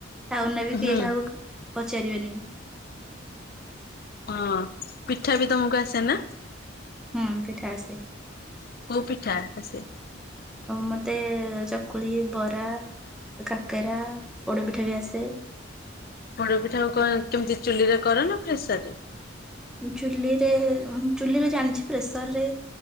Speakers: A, in the centre; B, on the left.
A: ଟାଉନ୍ ବି
B: ହୁଁ
A: କିଏ କାହାକୁ ପଚାରିବେନି।
B: ହଁ ପିଠା ବି ତମକୁ ଆସେ ନା?
A: ହୁଁ ପିଠା ଆସେ।
B: କୋଉ ପିଠା ଆସେ?
A: ମତେ ଚକୁଳି, ବରା କାକେରା, ପୋଡ଼ପିଠା ବି ଆସେ।
B: ପୋଡ ପିଠା କଣ କେମିତି ଚୁଲିରେ କର ନା ଫେସରରେ?
A: ଚୁଲିରେ, ଚୁଲିରେ ଜାଣିଛି ପ୍ରେସର୍ ରେ